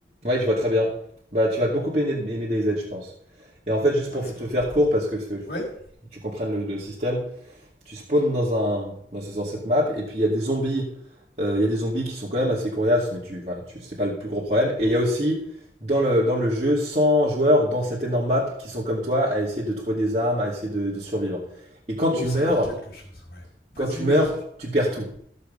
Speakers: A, on the right; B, on the left.
A: ouais, je vois très bien. Bah, tu vas beaucoup aimer aimer DayZ, je pense. Et en fait, juste
B: Ah,
A: pour
B: ce
A: te
B: qui-
A: faire court, parce que c'est-
B: Ouais
A: tu comprennes le, le système, tu spawns dans un dans, dans cette map et puis il y a des zombies euh, il y a des zombies qui sont quand même assez coriaces mais tu voilà tu c'est pas le plus gros problème et il y a aussi dans le dans le jeu 100 joueurs dans cette énorme map qui sont comme toi à essayer de trouver des armes à essayer de, de survivre et quand
B: Oh,
A: tu meurs
B: ça me dit quelque chose, ouais. Vas-y,
A: quand tu
B: oui.
A: meurs tu perds tout